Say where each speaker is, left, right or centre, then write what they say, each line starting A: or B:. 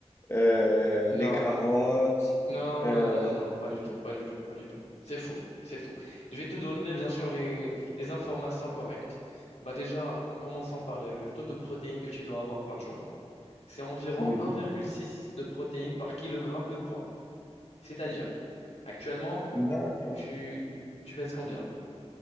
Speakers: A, on the left; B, on the left.
A: euh, les
B: Non,
A: carottes.
B: Non,
A: euh,
B: non, non, non, non, pas du tout, pas du tout, pas du tout. C'est faux, c'est faux. Je vais te donner, bien sûr, les, les informations correctes. Bah déjà, en commençant par le, le taux de protéines que tu dois avoir par jour, c'est environ
A: oui.
B: 1,6 de protéines par kilogramme de poids. C'est-à-dire, actuellement,
A: D'accord.
B: tu, tu pèses combien?